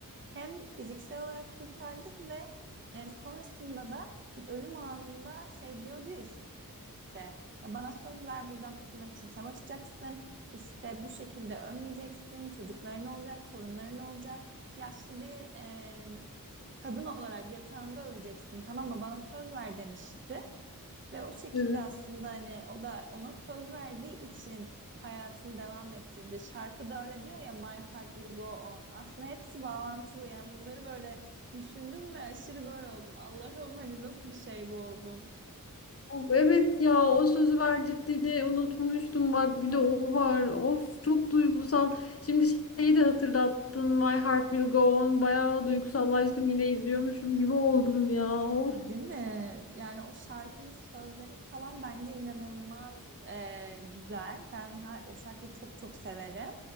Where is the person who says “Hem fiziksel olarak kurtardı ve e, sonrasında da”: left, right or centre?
Right